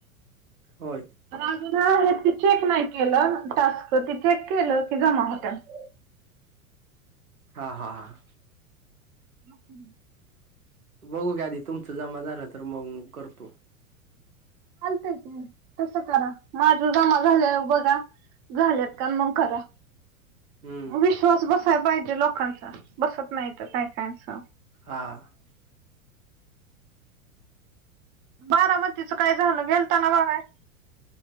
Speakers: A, on the right; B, on the right.
A: होय.
B: अजून आहे ती चेक नाही केलं टास्क ती चेक केलं की जमा होत <unintelligible>
A: हा हा हा <unintelligible>
B: ह
A: बघू गडी तुमचं जमा झाला तर मग करतो <unintelligible>
B: हा चालतय तसं करा माझ जमा झाल्यावर बघा <unintelligible> झाल्यात का अन् मग करा
A: हम्म
B: विश <unintelligible> तोच बसायला पाहिजे लोकांचा बसत नाही तर काय कायांचा <unintelligible>
A: हां <unintelligible>
B: बारामतीच काय झालं गेलताना बघाय <unintelligible>